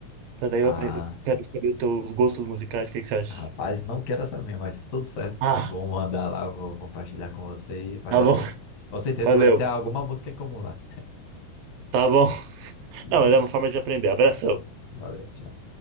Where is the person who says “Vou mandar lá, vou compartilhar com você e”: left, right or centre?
Left